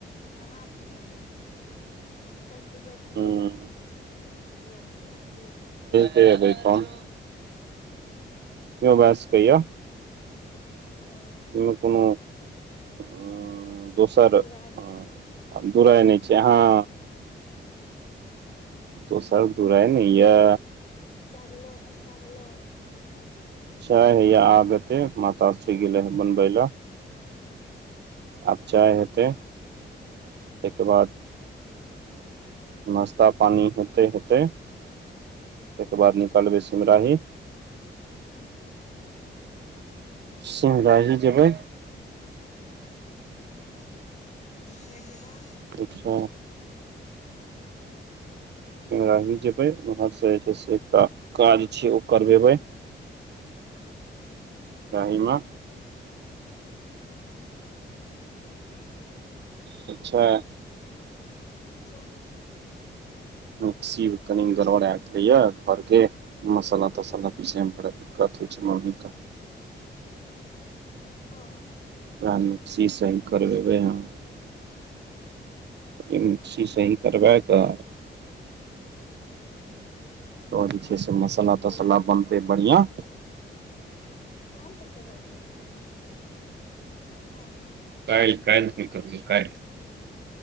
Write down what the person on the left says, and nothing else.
हां आब ठीक आबै छौ, शैद तू बाजते
रही कम। जोर से स्थिर से
हां।
दुराय नहि
छै
चाय भेलौ, नश्ता भेलौ।
ओ
हूं।
तै के बाद?
ठीक छै।
ओ
काम पर
कहिया जेबही
काम पर कहिआ जेबै? हं अं।